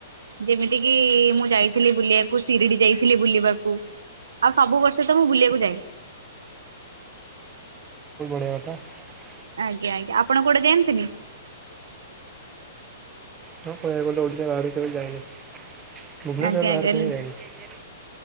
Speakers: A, on the right; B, on the right.
A: ଯେମିତିକି ମୁଁ ଯାଇଥିଲି ବୁଲିବାକୁ, ଶିରିଡି ଯାଇଥିଲି ବୁଲିବାକୁ। ଆଉ ସବୁ ବର୍ଷ ତ ମୁଁ ବୁଲିବାକୁ ଯାଏ।
B: <unintelligible>
A: ଆଜ୍ଞା ଆଜ୍ଞା ଆପଣ କୁଆଡେ ଯାଆନ୍ତିନି?
B: ତ କହିବାକୁ ଗଲେ ଓଡ଼ିଶା ବାହାରୁ କେବେ ଯାଇନି, ଭୁବନେଶ୍ଵର
A: ଆଜ୍ଞା
B: ବାହାରକୁ
A: ଆଜ୍ଞା
B: କେବେ ଯାଇନି?